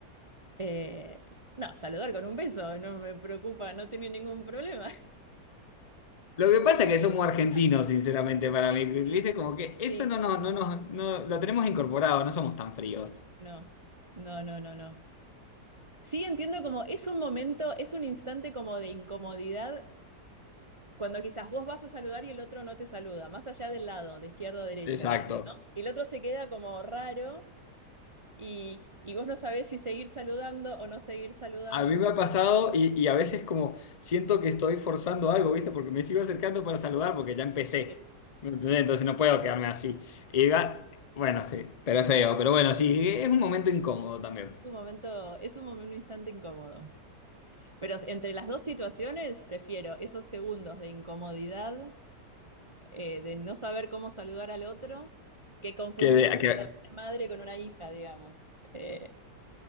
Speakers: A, on the right (about 55°); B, on the left (about 55°).
A: Eh, no, saludar con un beso, no me preocupa, no tiene ningún problema.
B: Lo que pasa es que somos
A: <laughs>
B: argentinos, sinceramente, para
A: Sí,
B: mí. ¿Viste? Como que eso
A: sí.
B: no, no, no, no, no lo tenemos incorporado, no somos tan fríos.
A: No, no, no, no, no. Sí, entiendo como es un momento, es un instante como de incomodidad cuando quizás vos vas a saludar y el otro no te saluda, más allá del lado, de izquierda o derecha,
B: Exacto.
A: ¿no? Y el otro se queda como raro y, y vos no sabés si seguir saludando o no seguir saludando.
B: A mí me ha pasado y, y a veces como siento que estoy forzando algo, ¿viste? Porque me sigo acercando para saludar porque ya empecé.
A: Sí,
B: ¿Me entendés?
A: sí. sí.
B: Entonces no puedo quedarme así. Y va, bueno, sí, pero es feo, pero bueno, sí, es un momento incómodo también.
A: Es un momento, es un momento, un instante incómodo. Pero entre las dos situaciones, prefiero esos segundos de incomodidad, eh, de no saber cómo saludar al otro, que confundir
B: Que, de- que
A: una madre con una hija, digamos. Eh,